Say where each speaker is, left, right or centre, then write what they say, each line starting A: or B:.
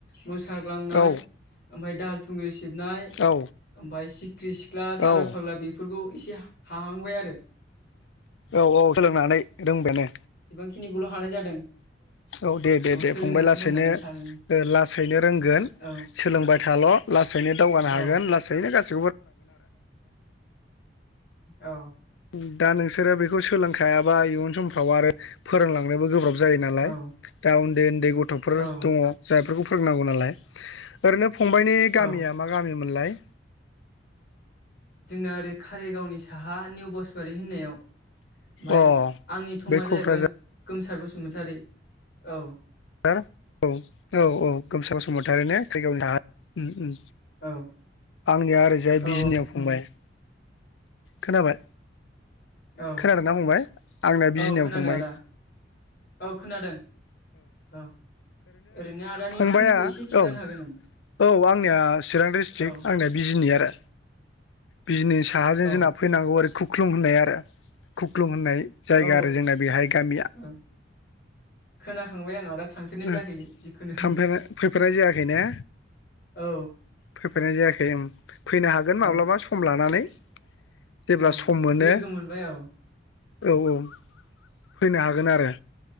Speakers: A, on the left (about 60°); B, on the left (about 75°).
A: मोसाग्लांनाय
B: औ
A: ओमफ्राय दाहाल थुंग्रि सिबनाय ओमफफ्राय
B: औ
A: सिख्रि सिख्ला,
B: औ
A: जारा फाग्ला बेफोरखौ इसे हांहांबाय आरो।
B: औ औ सोलोंनानै रोंबायानो
A: खिनिखौल' हानाय जादों।
B: औ दे दे दे
A: सोलोंगासिनो
B: फंबाय लासैनो
A: दं माने थारमाने
B: लासैनो रोंगोन
A: औ
B: सोलोंबाय थाल' लासैनो दावगानो
A: औ
B: हागोन लासैनो गासैबो
A: औ
B: ओम दा नोंसोरो बेखौ सोलोंखायाबा इयुन समफ्राव आरो फोरोंलांनोबो गोब्राब जायो नालाय।
A: औ
B: दा उन्दै उन्दै गथ'फोर
A: औ
B: दङ जायफोरखौ फोरोंनांगौ नालाय, ओरैनो फंबायाइनि
A: औ
B: गामिया मा गामिमोनलाय?
A: जोंना ओरै कारिगावनि साहा निउ बसरि होननायाव। ओमाय
B: अ
A: आंनि थङा
B: बे क'क्राझार
A: जाहैबाय गोमसार बसुमतारी औ।
B: ार औ औ औ गोमसा बसुमतारि ने क्रिगायावनो थ
A: औ
B: आंनिया ओरैजाय
A: औ
B: बिजनियाव फंबाय। खोनाबाय?
A: औ
B: खोनादोंना बुंबाय आंना बिजनियाव
A: औ खोनादों
B: फंबाय।
A: आदा औ खोनादों औ ओरैनो आदानि
B: फंबाया
A: थंखौ एसे खिन्थानो
B: औ
A: हागोन नामा?
B: औ आंनिया चिरां डिस्ट्रिक्ट
A: औ
B: आंनिया बिजनि आरो बिजनि साहाजों
A: औ
B: जोंना फैनांगौ ओरै खुख्लुं होननाय आरो खुख्लुं होननाय। जायगा
A: औ
B: आरो जोंना बेहाय गामिया।
A: औ खोनाखांबाय आं आदा थांफेरनाय जायाखै
B: ओ
A: जिखुनु
B: थांफेर फैफेरानाय जायाखै ने
A: औ
B: फैफेरनाय जायाखै ओं फैनो हागोन
A: औ
B: माब्लाबा सम लानानै। जेब्ला
A: औ
B: सम मोनो
A: लोगो मोनबाय औ
B: औ औ। फैनो हागोन आरो।